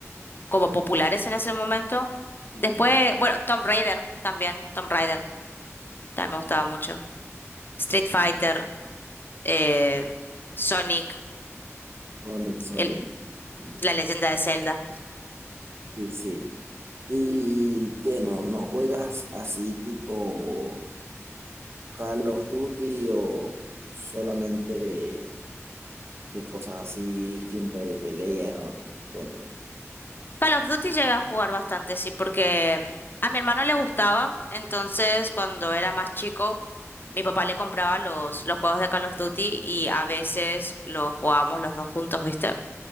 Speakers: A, on the left; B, on the right.
A: como populares en ese momento.
B: sí,
A: Después,
B: sí.
A: bueno, Tomb Raider también, Tomb Raider también me gustaba mucho. Street Fighter, eh, Sonic,
B: Sonic, Sonic.
A: el,
B: Sí, sí.
A: la leyenda de Zelda.
B: Sí, sí. ¿Y qué no? ¿No juegas así tipo Call of Duty o solamente de, de cosas así distintas de pelea? Cuéntame.
A: Call of Duty llegué a jugar bastante, sí, porque mm, a mi hermano le gustaba, entonces cuando era más chico, mi papá le compraba los, los juegos de Call of Duty y a veces los jugábamos los dos juntos, ¿viste?